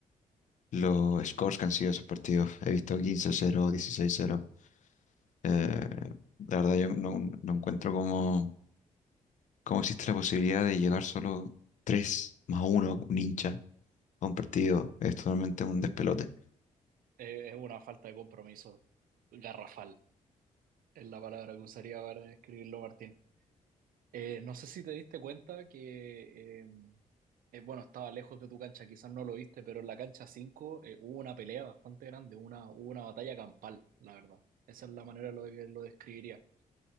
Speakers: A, on the left; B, on the right.
A: los scores que han sido esos partidos. He visto quince cero dieciséis cero Eh, la verdad, yo no, no encuentro cómo, cómo existe la posibilidad de llegar solo tres más uno, un hincha, a un partido. Es totalmente un despelote.
B: Eh, es una falta de compromiso garrafal, es la palabra que usaría para describirlo, Martín. Eh, no sé si te diste cuenta que, eh, eh, bueno, estaba lejos de tu cancha, quizás no lo viste, pero en la cancha 5 eh, hubo una pelea bastante grande, una, hubo una batalla campal, la verdad. Esa es la manera lo que lo describiría.